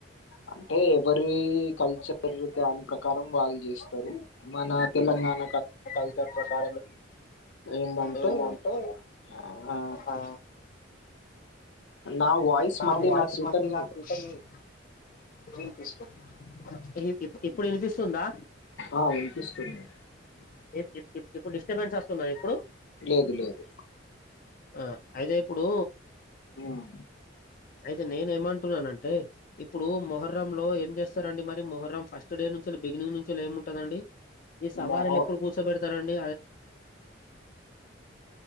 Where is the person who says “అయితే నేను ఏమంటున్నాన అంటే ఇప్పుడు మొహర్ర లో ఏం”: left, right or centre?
Left